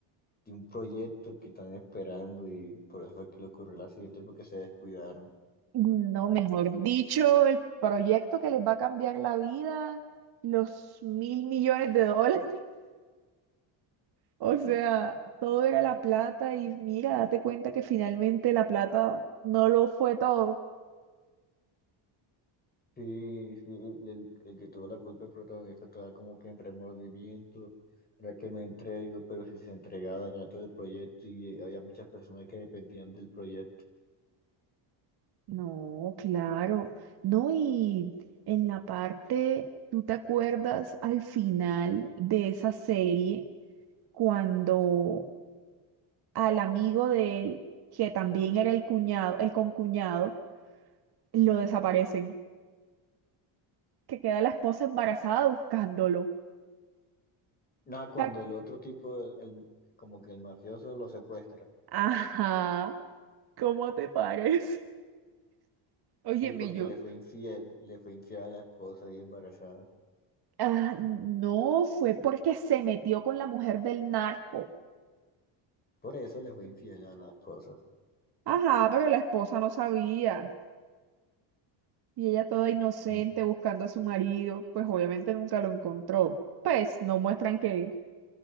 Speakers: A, on the left; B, on the right.
A: de un proyecto que están esperando y por eso fue que le ocurrió el accidente porque se descuidaron.
B: No, mejor dicho, el proyecto que les va a cambiar la vida, los mil millones de dólares. <laughs> O sea, todo era la plata y mira, date cuenta que finalmente la plata no lo fue todo.
A: Sí, sí, el, el que tuvo la culpa, el protagonista, estaba como que en remordimiento, era que me entrego, pero si se entregaba dañaba todo el proyecto y había muchas personas que dependían del proyecto.
B: No, claro. No, y en la parte, ¿tú te acuerdas al final de esa serie cuando al amigo de él, que también era el cuñado, el concuñado, lo desaparecen? que queda la esposa embarazada buscándolo.
A: Nada, cuando
B: Tac.
A: el otro tipo, el, el- como que el mafioso lo secuestra,
B: Ajá, ¿cómo te parece? Óyeme
A: sí, porque
B: yo.
A: le fue infiel, le fue infiel a la esposa y embarazada.
B: Ah, no, fue porque se metió con la mujer del narco.
A: Por eso le fue infiel a la esposa.
B: Ajá, pero la esposa no sabía. Y ella toda inocente
A: Mm,
B: buscando a su marido, pues obviamente nunca lo encontró. Pues no muestran que,